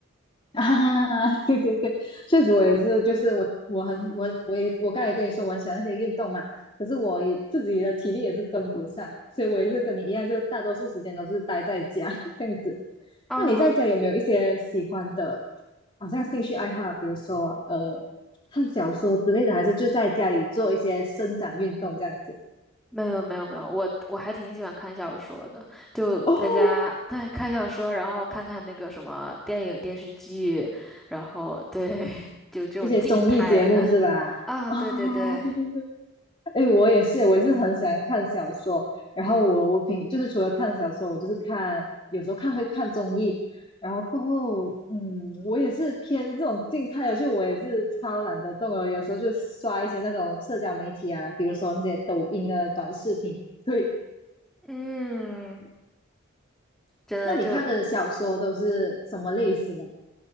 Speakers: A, on the left; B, in the centre.
A: <laughs>，啊，对对对，确实我也是，就是我我很我我也我刚才也跟你说我很喜欢那些运动嘛，可是我也自己的体力也是跟不上，所以我也是跟你一样，就大多数时间都是待在家 <laughs> 这样子。
B: 啊，
A: 那你在家有没有一些喜欢的，好像兴趣爱好，比如说呃看小说之类的，还是就在家里做一些伸展运动这样子？
B: 没有没有没有，我我还挺喜欢看小说的，就在家对看小说，
A: 哦，
B: 然后看看那个什么电影电视剧，然后对 <laughs>，就这种静态的
A: 一些综艺节目是吧？
B: 啊，
A: 哦，
B: 对对对，
A: 对对对，哎，我也是，我也是很喜欢看小说。然后我我平就是除了看小说，我就是看有时候看会看综艺。然后过后，嗯，我也是偏这种静态的，就我也是超懒得动的，有时候就刷一些那种社交媒体啊，比如说那些抖音啊短视频。对，
B: 嗯，真的就
A: 那你看的小说都是什么类型啊？